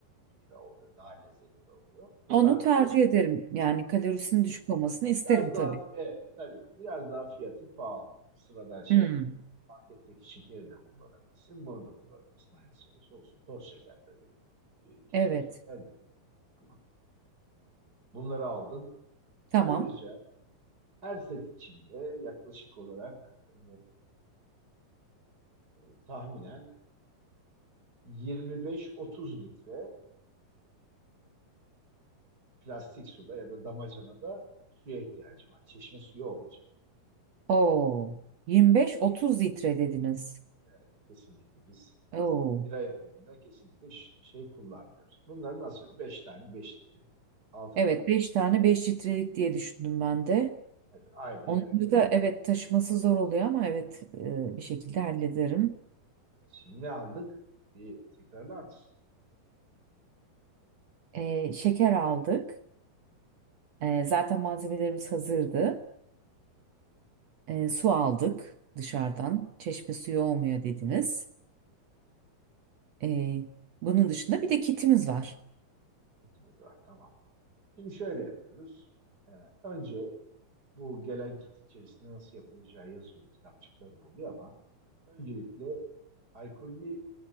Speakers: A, on the right (about 25°); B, on the right (about 60°).
A: bir bira oluyor. Daha lezzetli oluyor. Bunlar
B: Onu tercih ederim. Yani kalorisinin düşük olmasını isterim
A: biraz daha
B: tabii.
A: evet tabii biraz daha fiyatı pahalı. Tabii Sıradan şey
B: Hmm.
A: paketteki şekeri de kullanabilirsin. Bunu da kullanabilirsin. Hangisi olursa olsun. Toz şeker tabii. E, kesme
B: Evet.
A: şeker değil. Ama bunları aldın.
B: Tamam.
A: Ayrıca her set içinde yaklaşık olarak e, e, tahminen 25-30 litre plastik suda ya da damacanada suya ihtiyacım var. Çeşme suyu olmayacak.
B: Oo. 25-30 litre dediniz.
A: Evet, kesinlikle biz
B: Oo.
A: bira yapımında kesinlikle ş- şey kullanmıyoruz. Bunları nasıl? Beş tane, beş litre, altı
B: Evet
A: tane.
B: Beş tane beş litrelik diye düşündüm ben de.
A: Evet, aynen
B: Onları
A: öyle.
B: da evet taşıması zor oluyor ama evet e, bir şekilde hallederim.
A: Evet, Şimdi ne aldık? Bir tekrarlar mısın?
B: E, şeker aldık. E, zaten malzemelerimiz hazırdı. E, su aldık dışarıdan. Çeşme suyu olmuyor dediniz. E, bunun dışında bir de kitimiz var.
A: Kitimiz var, tamam. Şimdi şöyle yapıyoruz. Ee, önce bu gelen kit içerisinde nasıl yapılacağı yazıyor. Kitapçıklarında oluyor ama Öncelikle alkollü